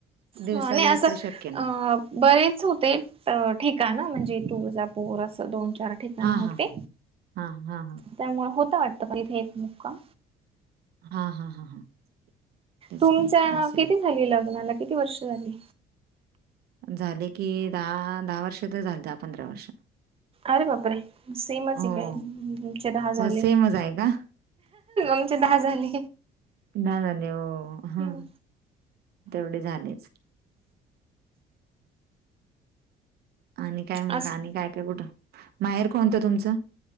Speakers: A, on the right; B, on the right.
A: दिवसा
B: हा नाही
A: दिवस
B: असं
A: काय शक्य नाही
B: अ बरेच होते ठिकान म्हणजे तूळजापुर असं दोन, चार ठिकाण
A: हा
B: होते
A: हा हा हा हा
B: त्यामुळे होत वाटत इथे एक मुक्काम.
A: हा हा हा हा. तेच
B: तुमच्या
A: की असेल
B: किती झनी लग्नाला किती वर्ष झाले?
A: झाले की दहा, दहा वर्ष तर झाले दहा, पंधरा वर्ष.
B: अरे बाप रे सेमच
A: हो.
B: आहे काय नाही आमचे दहा झाले.
A: हो सेमच आहे का?
B: आमचे दहा झाले.
A: <unintelligible>
B: हम्म
A: ह तेवढे झालेच. आणि काय मग?
B: अस
A: आणि काय काय कुठं? माहेर कोणतं तुमचं?